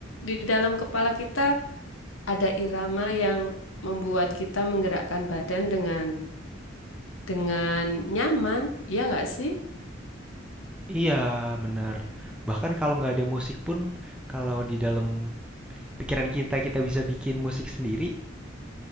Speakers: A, on the left; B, in the centre.
A: di dalam kepala kita ada irama yang membuat kita menggerakkan badan dengan dengan nyaman, ya nggak sih?
B: Iya, benar Bahkan kalau nggak ada musik pun, kalau di dalam pikiran kita, kita bisa bikin musik sendiri,